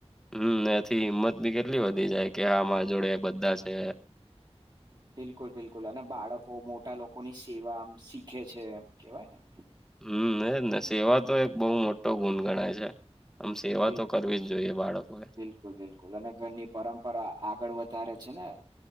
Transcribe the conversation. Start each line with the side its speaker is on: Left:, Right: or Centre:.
Centre: હમ્મ એથી હિંમત બી કેટલી વધી જાય કે હા મા જોડે બધા છે.
Right: બિલકુલ બિલકુલ અને બાળકો મોટા લોકોની સેવામ શીખે છે એમ કેવાય ને
Centre: હમ્મ એ જ ને સેવા તો એક બહુ મોટો ગુણ ગણાય છે. આમ સેવા
Right: બિલ-
Centre: તો કરવી જ જોઈએ બાળકોએ
Right: બિલકુલ બિલકુલ અને ઘરની પરંપરા આગળ વધારે છે ને